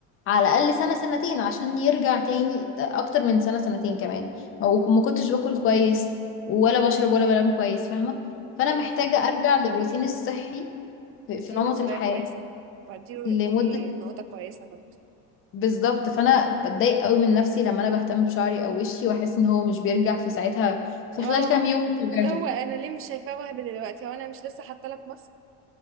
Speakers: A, on the left; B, on the right.
A: على الأقل سنة سنتين عشان يرجع تاني أكتر من سنة سنتين كمان وما كنتش باكل كويس ولا بشرب ولا بنام كويس فاهمة؟ فأنا
B: أيوة
A: محتاجة
B: فاهمة
A: أرجع للروتين الصحي في في
B: دي
A: نمط
B: نظرية
A: الحياة
B: كويسة دي
A: لمدة
B: دي نقطة كويسة برضه
A: بالظبط فانا بتضايق قوي من نفسي لما انا بهتم بشعري او وشي واحس ان هو مش بيرجع في ساعتها في
B: اه
A: خلال كام يوم بطبيعته
B: اللي هو أنا ليه مش شايفاه وهبي دلوقتي هو أنا مش لسه حاطة لك مصر